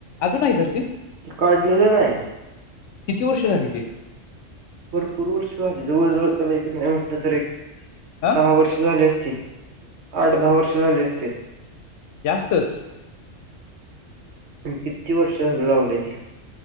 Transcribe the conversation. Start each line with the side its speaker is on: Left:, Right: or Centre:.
Left: अजून हाय काय ते?
Right: काढलेलं नाही.
Left: किती वर्ष झाली ते?
Right: भरपूर वर्ष झाली. जवळ जवळ त्याला एक नाही म्हणलं तर एक
Left: हा
Right: दहा वर्ष झाली असतील. आठ दहा वर्ष झाली असतील.
Left: जास्तच
Right: किती वर्ष झाल? लावलय ते.